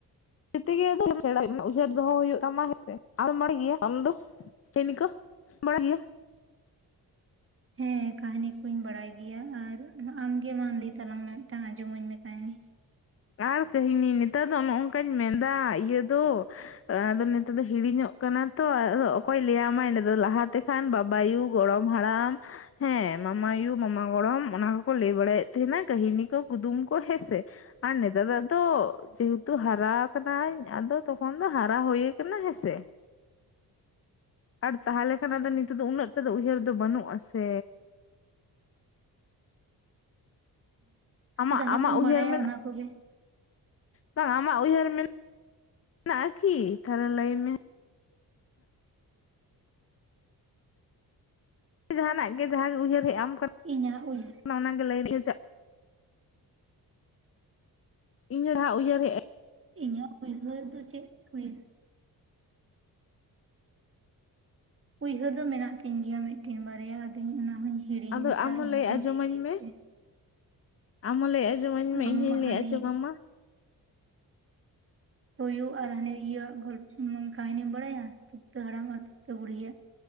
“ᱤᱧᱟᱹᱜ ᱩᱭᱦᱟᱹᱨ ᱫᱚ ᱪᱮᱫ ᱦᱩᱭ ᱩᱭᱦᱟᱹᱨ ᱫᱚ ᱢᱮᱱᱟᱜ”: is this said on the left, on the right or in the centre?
Right